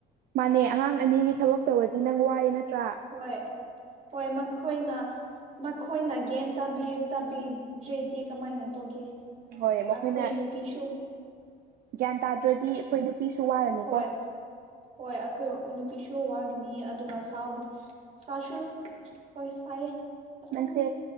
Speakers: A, on the right (about 65°); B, on the right (about 40°).
A: ꯃꯥꯅꯦ ꯑꯉꯥꯡ ꯑꯅꯤꯒꯤ ꯊꯕꯛ ꯇꯧꯔꯗꯤ ꯅꯪ ꯋꯥꯏ ꯅꯠꯇ꯭ꯔꯥ
B: ꯍꯣꯏ ꯍꯣꯏ ꯃꯈꯣꯏꯅ ꯃꯈꯣꯏꯅ ꯒ꯭ꯌꯥꯟ ꯇꯥꯕꯤ ꯇꯥꯕꯤꯗ꯭ꯔꯦꯗꯤ ꯀꯃꯥꯏꯅ ꯇꯧꯒ‌ꯦ
A: ꯍꯣꯏ ꯃꯈꯣꯏꯅ
B: ꯑꯈꯣꯏ ꯅꯨꯄꯤꯁꯨ
A: ꯒ꯭ꯌꯥꯟ ꯇꯥꯗ꯭ꯔꯗꯤ ꯑꯈꯣꯏ ꯅꯨꯄꯤꯁꯨ ꯋꯥꯔꯅꯤꯀꯣ
B: ꯍꯣꯏ ꯍꯣꯏ ꯑꯈꯣꯏ ꯅꯨꯄꯤꯁꯨ ꯋꯥꯒꯅꯤ ꯑꯗꯨꯒ ꯁꯥꯎ ꯁꯥꯁꯨ ꯍꯣꯏ ꯁꯥꯏꯌꯦ ꯑꯗꯨꯝ
A: ꯅꯪꯁꯦ